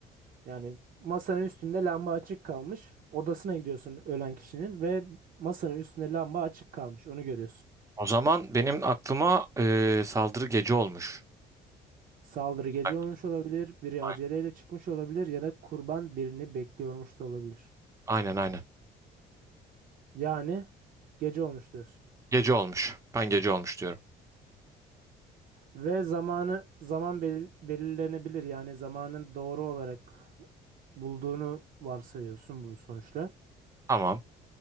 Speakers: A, on the right (about 55°); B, on the right (about 20°).
A: Yani masanın üstünde lamba açık kalmış. Odasına gidiyorsun ölen kişinin ve masanın üstünde lamba açık kalmış. Onu görüyorsun.
B: O zaman benim aklıma e, saldırı gece olmuş.
A: Saldırı gece
B: Bak,
A: olmuş olabilir, biri
B: Aynen
A: aceleyle çıkmış olabilir ya da kurban birini bekliyormuş da olabilir.
B: aynen. aynen.
A: Yani gece olmuş diyorsun.
B: Gece olmuş. Ben gece olmuş diyorum.
A: Ve zamanı zaman belir- belirlenebilir. Yani zamanın doğru olarak bulduğunu varsayıyorsun bu sonuçla.
B: Tamam.